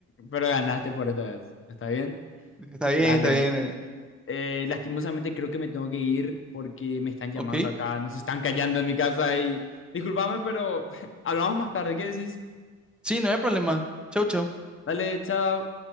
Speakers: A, on the left; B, in the centre.
A: pero ganaste por esta vez. ¿Está bien?
B: Está bien,
A: Dale.
B: está bien. eh.
A: Eh, lastimosamente creo que me tengo que ir porque me están llamando
B: Ok.
A: acá, nos están callando en mi casa y discúlpame, pero <laughs> hablamos más tarde, ¿qué decís?
B: Sí, no hay problema. Chau, chau.
A: Dale, chao.